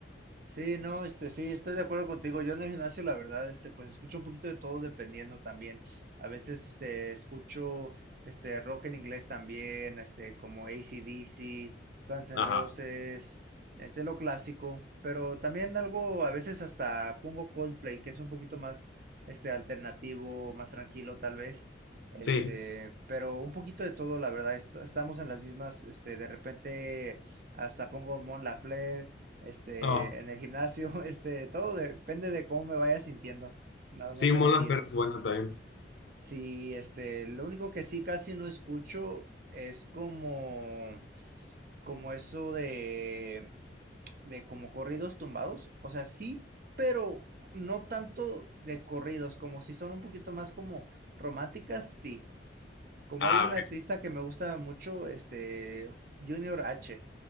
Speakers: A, on the right (about 50°); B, on the left (about 75°).
A: Sí, no, este, sí, estoy de acuerdo contigo. Yo en el gimnasio, la verdad, este, pues escucho un poquito de todo dependiendo también. A veces, este, escucho, este, rock en inglés también, este, como AC/DC, Guns N'
B: Ajá,
A: Roses, este, lo clásico. Pero también algo, a veces hasta pongo Coldplay, que es un poquito más, este, alternativo, más tranquilo tal vez. Este,
B: sí.
A: pero un poquito de todo, la verdad, est- estamos en las mismas, este, de repente hasta pongo Mon Laferte este,
B: Oh,
A: en el gimnasio, <laughs> este, todo depende de cómo me vaya sintiendo. No,
B: sí,
A: no te
B: Mona
A: mentiré.
B: Ferte es buena también.
A: Sí, este, lo único que sí casi no escucho es como, como eso de, de como corridos tumbados. O sea, sí, pero no tanto de corridos, como si son un poquito más como románticas, sí. Como
B: Ah,
A: hay un
B: ok.
A: artista que me gusta mucho, este, Junior H,